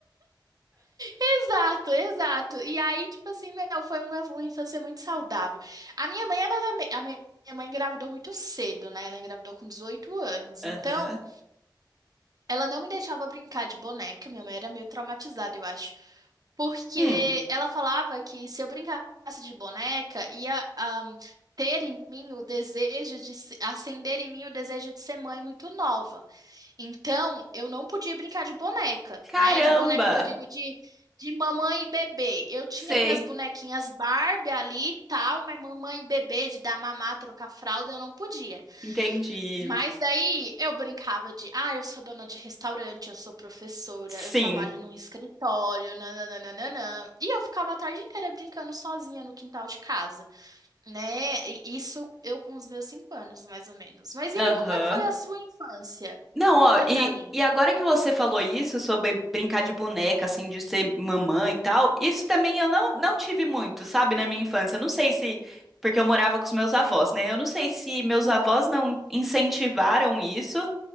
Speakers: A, on the right (about 50°); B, in the centre.
A: exato, exato. E aí, tipo assim, meu, foi uma, uma infância muito saudável. A minha mãe, ela, era me- a minha minha mãe engravidou muito cedo, né? Ela engravidou com dezoito anos.
B: Aham.
A: Então, Ela não me deixava brincar de boneca, minha mãe era meio traumatizada, eu acho. Porque
B: Hum,
A: ela falava que se eu brincasse de boneca, ia, ahm, ter em mim o desejo de se- acender em mim o desejo de ser mãe muito nova. Então, eu não podia brincar de boneca,
B: caramba!
A: né? De boneca que eu digo de, de mamãe e bebê. Eu tinha
B: Sei.
A: minhas bonequinhas Barbie ali e tal, mas mamãe e bebê, de dar mamar, trocar fralda, eu não podia.
B: Entendi.
A: Mas daí eu brincava de, ah, eu sou dona de restaurante, eu sou professora,
B: Sim.
A: eu trabalho num escritório, nananana. E eu ficava a tarde inteira brincando sozinha no quintal de casa, né? E isso eu com os meus cinco anos, mais ou menos. Mas e aí,
B: Aham.
A: como é que foi a sua infância?
B: Não,
A: Conta
B: ó, e,
A: pra mim.
B: e agora que você falou isso sobre brincar de boneca, assim, de ser mamãe e tal, isso também eu não, não tive muito, sabe, na minha infância. Eu não sei se. Porque eu morava com os meus avós, né? Eu não sei se meus
A: Uhum.
B: avós não incentivaram isso,